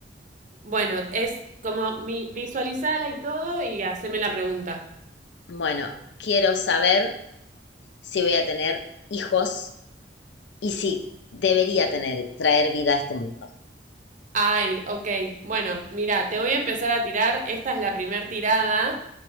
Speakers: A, on the right; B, on the left.
A: Bueno, es como mi, visualizala y todo y haceme la pregunta.
B: Bueno, quiero saber si voy a tener hijos y si debería tener, traer vida a este mundo.
A: Ay, ok. Bueno, mira, te voy a empezar a tirar. Esta es la primer tirada